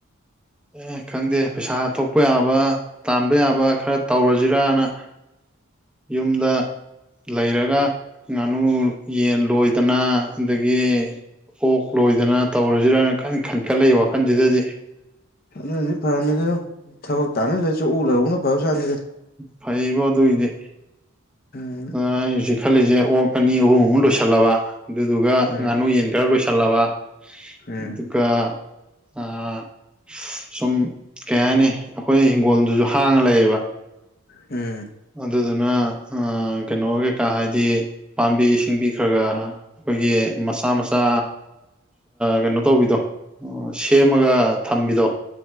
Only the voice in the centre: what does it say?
ꯑꯦ ꯈꯪꯗꯦ ꯄꯩꯁꯥ ꯊꯣꯛꯄ ꯌꯥꯕ ꯇꯥꯟꯕ ꯌꯥꯕ ꯈꯔ ꯇꯧꯔꯁꯤꯔꯅ ꯌꯨꯝꯗ ꯂꯩꯔꯒ ꯉꯥꯅꯨ ꯌꯦꯟ ꯂꯣꯏꯗꯅ ꯑꯗꯒꯤ ꯑꯣꯛ ꯂꯣꯏꯗꯅ ꯇꯧꯔꯁꯤꯔꯅ ꯀꯟ ꯈꯟꯀꯠꯂꯛꯏ ꯋꯥꯈꯜꯁꯤꯗꯗꯤ
ꯐꯩꯕꯣ ꯑꯗꯨꯏꯗꯤ
ꯑꯩ ꯍꯧꯖꯤꯛ ꯈꯜꯂꯤꯁꯦ ꯑꯣꯛ ꯑꯅꯤ ꯑꯍꯨꯝ ꯃꯨꯛ ꯂꯣꯏꯁꯜꯂꯕ ꯑꯗꯨꯗꯨꯒ
ꯉꯥꯅꯨ ꯌꯦꯟ ꯂꯣꯏꯁꯜꯂꯕ
ꯑꯗꯨꯒ ꯑꯥ ꯁꯨꯝ ꯀꯩ ꯍꯥꯏꯅꯤ ꯑꯩꯈꯣꯏ ꯏꯪꯒꯣꯜꯗꯨꯁꯨ ꯍꯥꯡꯉ ꯂꯩꯌꯦꯕ
ꯑꯗꯨꯗꯨꯅ ꯀꯩꯅꯣ ꯀꯩꯀꯥ ꯍꯥꯏꯗꯤ ꯄꯥꯝꯕꯤ ꯁꯤꯡꯕꯤ ꯈꯔꯒꯔ ꯑꯩꯈꯣꯏꯒꯤ ꯃꯆꯥ ꯃꯆꯥ ꯀꯩꯅꯣ ꯇꯧꯕꯤꯗꯣ ꯁꯦꯝꯃꯒ ꯊꯝꯕꯤꯗꯣ